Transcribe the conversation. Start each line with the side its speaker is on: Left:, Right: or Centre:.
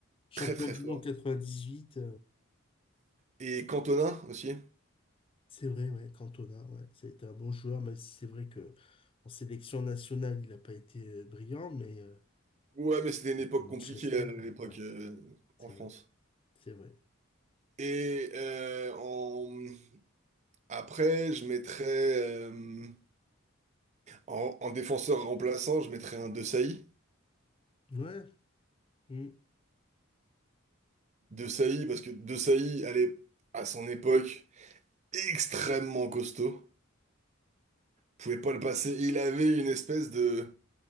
Left: Champion
Right: très très
Left: du
Right: fort.
Left: monde 98.
Right: Et Cantona aussi.
Left: C'est vrai, ouais, Cantona, ouais, ça a été un bon joueur, même si c'est vrai que en sélection nationale, il n'a pas été euh, brillant, mais euh,
Right: Ouais, mais c'était une époque
Left: à Manchester,
Right: compliquée à l'époque
Left: euh, ouais,
Right: euh,
Left: c'est
Right: en France.
Left: vrai, c'est vrai.
Right: Et euh, en... après, je mettrais euh, en, en défenseur remplaçant, je mettrais un De Sailly.
Left: Ouais, mm,
Right: De Sailly, parce que De Sailly, elle est à son époque extrêmement costaud. Pouvait pas le passer. Il avait une espèce de,